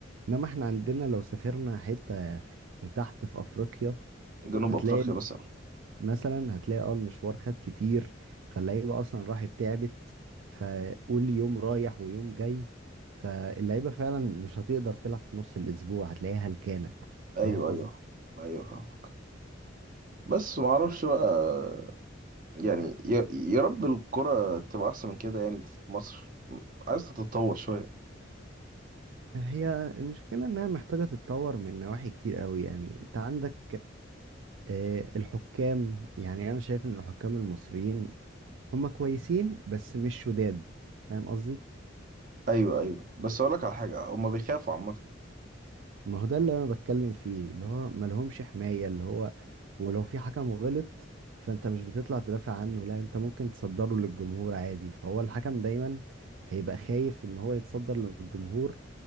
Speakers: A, on the right; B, on the right.
A: انما احنا عندنا لو سافرنا حتة في تحت في افريقيا
B: جنوب
A: هتلاقي
B: افريقيا مثلا
A: مثلا هتلاقي اه المشوار خد كتير فاللعيبة اصلا راحت تعبت فقول يوم رايح ويوم جاي فاللعيبة فعلا مش هتقدر تلعب في نص الاسبوع هتلاقيها هلكانة
B: ايوه
A: فاهم قصدي؟
B: ايوه ايوه فاهم بس ما اعرفش بقى يعني يا يا رب الكرة تبقى احسن من كده يعني في مصر عايز تتطور شوية
A: هي المشكلة انها محتاجة تتطور من نواحي كتير قوي يعني انت عندك آه، الحكام يعني انا شايف ان الحكام المصريين هم كويسين بس مش شداد فاهم قصدي
B: ايوه ايوه بس اقول لك على حاجة هما بيخافوا عامة
A: ما هو ده اللي انا بتكلم فيه اللي هو ما لهمش حماية اللي هو ولو في حكم غلط فانت مش بتطلع تدافع عنه لا انت ممكن تصدره للجمهور عادي فهو الحكم دايما هيبقى خايف ان هو يتصدر للجمهور